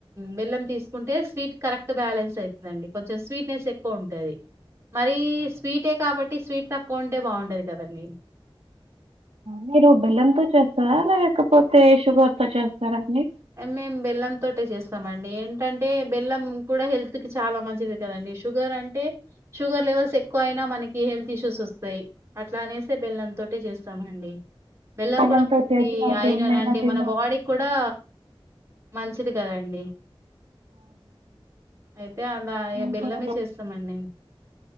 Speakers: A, on the right; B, on the right.
A: బెల్లం తీసుకుంటే స్వీట్ కరెక్ట్ బ్యాలెన్స్ అవుతుందండి కొంచెం స్వీట్నెస్ ఎక్కువ ఉంటుంది. మరి స్వీటే కాబట్టి స్వీట్ తక్కువ ఉంటే బాగుంటది కదండీ.
B: మీరు బెల్లంతో చేస్తారా లేకపోతే షుగర్ తో చేస్తారండి.
A: మేము బెల్లం తోటే చేస్తామ అండి ఏంటంటే బెల్లం కూడా హెల్త్ కి చాలా మంచిది కదండి షుగర్ అంటే షుగర్ లెవెల్స్ ఎక్కువ అయినా మనకి హెల్త్ ఇష్యూస్ వస్తాయి అట్లానే స్ బెల్లం తోటే చేస్తామండి బెల్లం
B: బెల్లంతో
A: కూడా <unintelligible>
B: చేసిన
A: కి
B: దేన్నైనా
A: ఐరన్ అంటే
B: తిన్నా
A: మన బాడీ కూడా మంచిది కదాండి అయితే అలా
B: మేము
A: బెల్లమే
B: కూడా
A: చేస్తామండి మేము